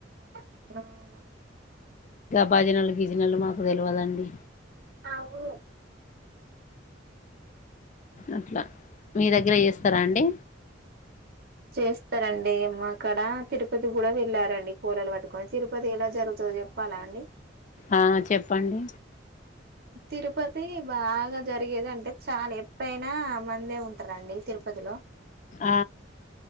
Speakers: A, on the right; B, on the left.
A: అవు
B: బాజీనా రీజినలు మాకు తెలియదండి
A: అవు
B: అట్లా మీ దగ్గర చేస్తారా అండి
A: చేస్తారంండి మా అక్కడ తిరుపతి కూడా వెళ్లారండి కోలలు పటుకొని తిరుపతి ఎలా జరుగుంది చెప్పాలా అండి
B: ఆ చెప్పండి
A: తిరుపతి బాగా జరిగేదింటే చాలా ఎప్పుడైనా మందే ఉంటారంండి తిరుపతిలో
B: ఆ